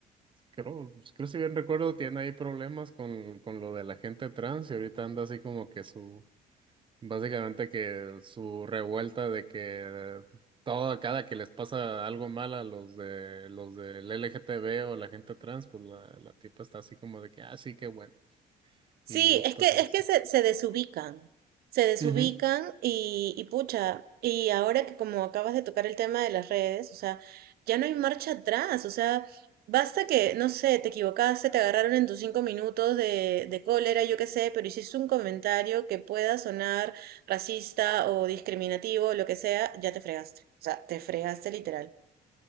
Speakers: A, on the right; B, on the right.
A: creo, pues, creo si bien recuerdo, tiene ahí problemas con, con lo de la gente trans y ahorita anda así como que su, básicamente que su revuelta de que todo, cada que les pasa algo mal a los de los del L G T B o la gente trans, pues la, la tipa está así como de que, ah, sí, qué bueno.
B: Sí,
A: Y, puta,
B: es que,
A: sí,
B: es
A: sí.
B: que se, se desubican, se desubican
A: Ujú.
B: y, y pucha, y ahora que como acabas de tocar el tema de las redes, o sea, ya no hay marcha atrás, o sea, basta que, no sé, te equivocaste, te agarraron en tus cinco minutos de, de cólera, yo qué sé, pero hiciste un comentario que pueda sonar racista o discriminativo, lo que sea, ya te fregaste, o sea, te fregaste literal.